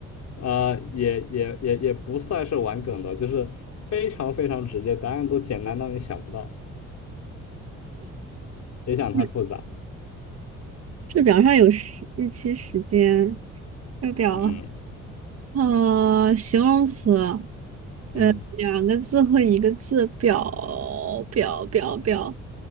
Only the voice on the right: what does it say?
嗯这表上有时日期、时间，这表
呃形容词，
呃两个字或一个字，表表表表